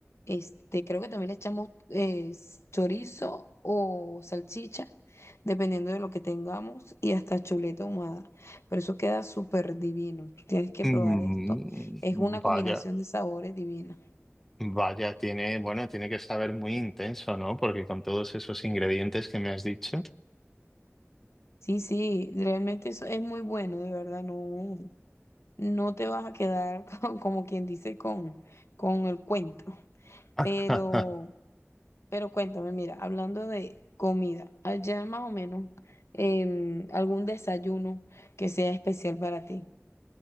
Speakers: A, on the left (about 70°); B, in the centre.
A: este, creo que también le echamos eh, chorizo o salchicha. dependiendo de lo que tengamos y hasta chuleta ahumada, pero eso queda súper divino. Tú tienes que
B: Mm,
A: probar esto es una
B: vaya.
A: combinación de sabores divina.
B: Vaya, tiene, bueno, tiene que saber muy intenso, ¿no? Porque con todos esos ingredientes que me has dicho.
A: Sí, sí, realmente eso es muy bueno, de verdad, no, no te vas a quedar <laughs> con- como quien dice con, con el cuento. Pero,
B: <laughs>
A: pero cuéntame, mira, hablando de comida, allá más o menos, em, algún desayuno que sea especial para ti.